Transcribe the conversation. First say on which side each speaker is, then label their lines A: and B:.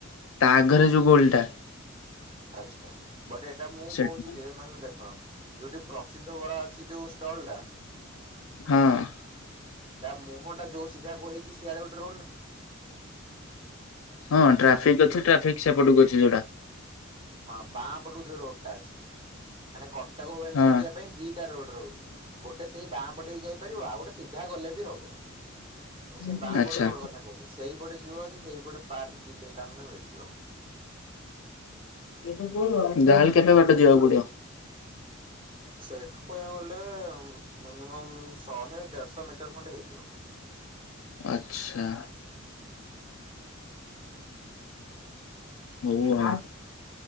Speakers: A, on the left; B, on the right.
A: ତା ଆଗରେ ଯୋଉ ଗୋଲଟା।
B: ଆଚ୍ଛା ବଟ୍ ଏଇଟା ମୁଁ
A: ସେଠି
B: କହୁଛି ଯେ ମାନେ ଦେଖ ଯୋଉଠି ପ୍ରସିଦ୍ଧ ବରା ଅଛି ଯୋଉ ଷ୍ଟଲଟା
A: ହଁ।
B: ତା ମୁହଁଟା ଯୋଉ ସିଧାକୁ ହେଇଛି <unintelligible>
A: ହଁ ଟ୍ରାଫିକ୍ ଅଛି ଟ୍ରାଫିକ୍ ସେପଟକୁ ଅଛି ଯୋଉଟା।
B: ହଁ ବାଁ ପଟୁ ଯୋଉ ରୋଡଟା ଅଛି ମାନେ କଟକ ଭୁବନେଶ୍ଵର
A: ହଁ।
B: ଯିବା ପାଇଁ ଦି ରୋଡ ରହୁଛି ଗୋଟେ ସେଇ ବାଁ ପଟେ ବି ଯାଇପାରିବ ଆଉ ଗୋଟେ ସିଧା ଗଲେ ବି ହବ, ମୁଁ
A: ହୁଁ
B: ସେ ବା ବାଁ
A: ଆଚ୍ଛା।
B: ପଟ ରୋଡ କଥା କହୁଚି ସେଇପଟେ ଯିବ ଯଦି ସେଇ ଗୋଟେ ପାର୍କ ଦି ତିନିଟା ଖଣ୍ଡେ ମିଳିଯିବ।
A: ଯାହାହେଲେ କେତେ ବାଟ ଯିବାକୁ ପଡିବ?
B: ସେଠୁ କହିବାକୁ ଗଲେ ମିନିମମ୍ ଶହେ ଦେଢ଼ଶହ ମିଟର ଖଣ୍ଡେ ହେଇଯିବ।
A: ଆଛା। ହ ହ